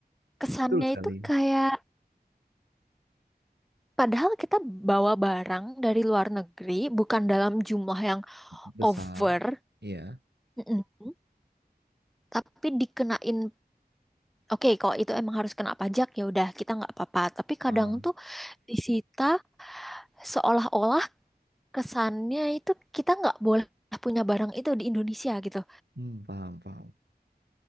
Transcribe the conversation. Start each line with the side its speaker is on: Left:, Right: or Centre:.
Centre: Kesannya
Right: betul sekali.
Centre: itu kayak padahal kita bawa barang dari luar negeri bukan dalam jumlah yang
Right: Besar,
Centre: over
Right: iya.
Centre: Mm-mm. Tapi dikenain, oke kalau itu emang harus kena pajak ya udah kita nggak apa-apa. Tapi kadang
Right: Ah,
Centre: tuh disita seolah-olah kesannya itu kita nggak boleh punya barang itu di Indonesia gitu.
Right: hmm, paham, paham,